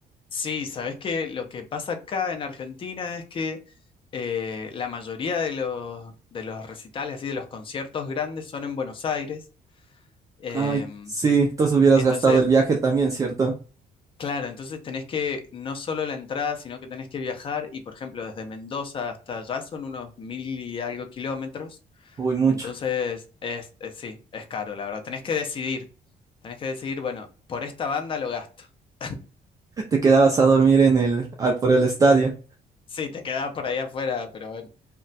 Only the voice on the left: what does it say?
Sí, sabes que lo que pasa acá en Argentina es que eh, la mayoría de los, de los recitales, así de los conciertos grandes, son en Buenos Aires. Em,
entonces,
claro, entonces tenés que no solo la entrada, sino que tenés que viajar y, por ejemplo, desde Mendoza hasta allá son unos mil y algo kilómetros.
Entonces, es, es- sí, es caro, la verdad. Tenés que decidir, tenés que decidir, bueno, por esta banda lo gasto. <laughs>
Sí, te quedás por ahí afuera, pero bueno,